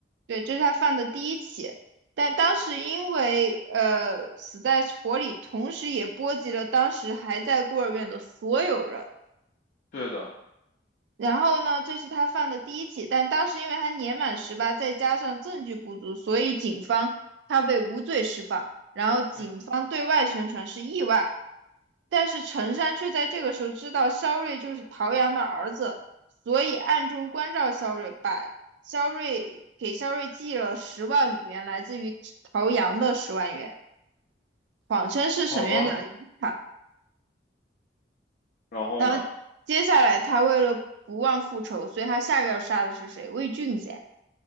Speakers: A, on the right (about 70°); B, on the left (about 50°).
A: 对，这是他犯的第一起。但当时因为呃死在火里，同时也波及了当时还在孤儿院的所有人。
B: 对的，
A: 然后呢，这是他犯的第一起，但当时因为他年满十八，再加上证据不足，所以警方他被无罪释放。然后警方对外宣传是意外，
B: 嗯，
A: 但是陈山却在这个时候知道肖瑞就是陶阳的儿子，所以暗中关照肖瑞，把肖瑞给肖瑞寄了十万元，来自于陶阳的十万元，谎称是沈院长的遗产。
B: 好吧，然后呢？
A: 然后接下来他为了不忘复仇，所以他下个要杀的是谁？魏俊噻。